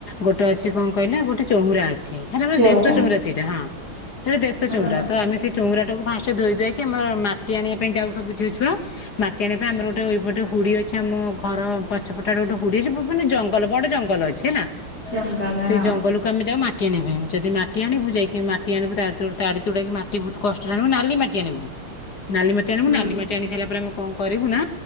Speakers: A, on the left; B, on the left.
A: ଗୋଟେ ଅଛି କଣ କହିଲେ ଗୋଟେ ଚଉୁରା ଅଛି ହେଲା
B: ଚଉରା
A: ଗୋଟେ ଦେଶ ଚଉୁରା ସେଇଟା ହଁ। ସେଇଟା ଦେଶ
B: ହଁ
A: ଚୁୁରା ତ ଆମେ ସେଠ। ଚଉଁରାଟାକୁ ଫାଷ୍ଟେ ଧୋଇଦେଇକି ଆମର ମାଟି ଆଣିବା। ପାଇଁ ଯାଉ ସବୁ ଝିଅ ଛୁଆ ମା। ତେଣେଫେ ଆମର ଗୋଟେ ଏପଟେ ହୁଡି ଅଛି। ଆମ ଘର ପଛପଟେ ଗୋଟେ ହୁଡ଼ିଯିବ। ମାନେ ଜଙ୍ଗଲ ବଡ ଜଙ୍ଗଲ ଅଛି ହେଲା
B: ଜଙ୍ଗଲ
A: ସେଇ
B: ହଁ
A: ଜଙ୍ଗଲକୁ ଆମେ ଯାଉ ମାଟି ଆଣିବା ପାଇଁ। ଯଦି ମାଟି ଆଣିବୁ ଯାଇକି ମାଟି ଆଣିବୁ ତା ତାଡିତୁଡ଼ା କି ମା। ମାଟି ବହୁତ କଷ୍ଟରେ ଆଣିବୁ ନାଲି ମାଟି ଆଣିବୁ। ନାଲି ମାଟି ଆଣିବୁ
B: ହୁଁ
A: ନାଲି ମାଟି ଆଣିସାରିଲା ପରେ ଆ। କଣ କରିବୁ ନା